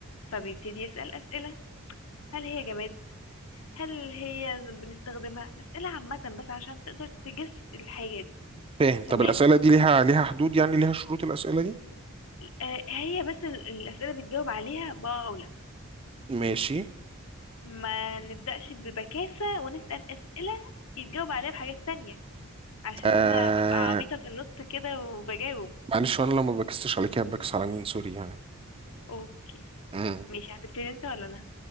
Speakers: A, on the left (about 65°); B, on the right (about 25°).
A: فبيبتدي يسأل أسئلة هل هي جماد هل هي بنستخدمها أسئلة عامة بس عشان تقدر تجس الحاجة دي
B: فاهم طب
A: تمام
B: الأسئلة دي ليها ليها حدود يعني ليها شروط الأسئلة دي
A: آه، هي بس ال- الأسئلة بتجاوب عليها بأه أو لأ
B: ماشي
A: ما نبدأش ببكاسة ونسأل أسئلة يتجاوب عليها بحاجات تانية عشان
B: آه
A: أنا ببقى عبيطة في النص كده وبجاوب
B: معلش وانا لو ما بكسش عليك بكس على مين سوري يعني
A: أوكي
B: امم
A: ماشي هتبتدي أنت ولا أنا